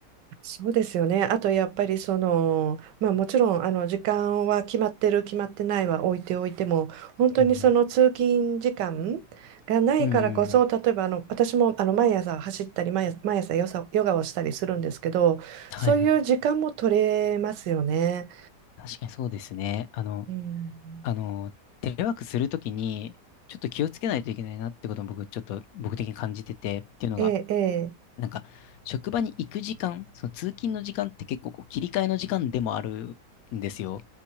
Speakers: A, on the right (about 85°); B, on the left (about 70°).
A: そうですよね。あとやっぱりその、まあもちろんあの時間は決まってる決まってないは置いておいても、本当にその通勤時間がないからこそ、
B: うんうんうんうん。
A: 例えばあの私もあの毎朝走ったり毎朝、毎朝ヨサヨガをしたりするんですけど、
B: はいはい。
A: そういう時間も取れますよね。
B: 確かにそうですね。あの、
A: うん、
B: あの、テレワークするときに、ちょっと気をつけないといけないなってことも僕、ちょっと僕的に感じてて、っていうのが、
A: ええ、ええ
B: なんか、職場に行く時間、その通勤の時間って結構こう切り替えの時間でもあるんですよ。